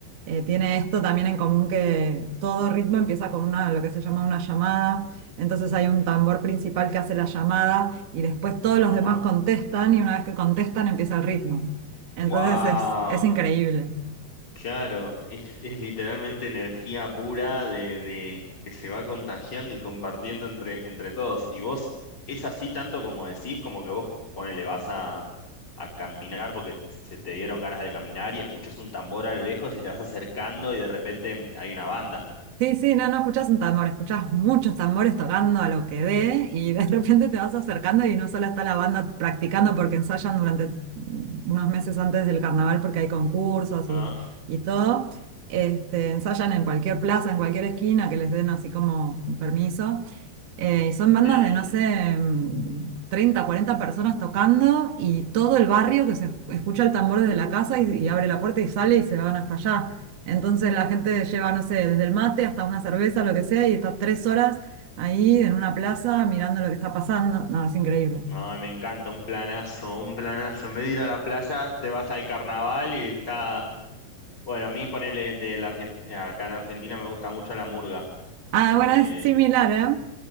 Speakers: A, on the right (about 55°); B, on the left (about 25°).
A: eh, tiene esto también en común que todo ritmo empieza con una, lo que se llama una llamada, entonces hay un tambor principal que hace la llamada y después todos los
B: Ajá.
A: demás contestan y una vez que contestan empieza el ritmo. Entonces
B: Wow.
A: es, es increíble.
B: Claro, es, es literalmente energía pura de, de que se va contagiando y compartiendo entre, entre todos. Y vos, es así tanto como decís, como que vos ponele, vas a, a caminar porque se te dieron ganas de caminar y escuchás un tambor a lo lejos y te vas acercando y de repente hay una banda.
A: Sí, sí, no, no escuchás un tambor, escuchás muchos tambores tocando a lo que dé y de <laughs> repente te vas acercando y no solo está la banda practicando porque ensayan durante unos meses antes del carnaval porque hay concursos
B: Ajá.
A: y, y todo, este, ensayan en cualquier plaza, en cualquier esquina que les den así como un permiso eh, y son bandas
B: Sí.
A: de, no sé, mm, 30, 40 personas tocando y todo el barrio que se escucha el tambor desde la casa y, y abre la puerta y sale y se van hasta allá. Entonces la gente lleva, no sé, desde el mate hasta una cerveza, lo que sea, y está tres horas ahí en una plaza mirando lo que está pasando. No, es increíble.
B: No, me encanta, un planazo, un planazo. En vez de ir a la playa, te vas al carnaval y está. Bueno, a mí ponele de la Argen- acá en Argentina me gusta mucho la murga.
A: Ah,
B: Eh,
A: bueno, es similar, ¿eh?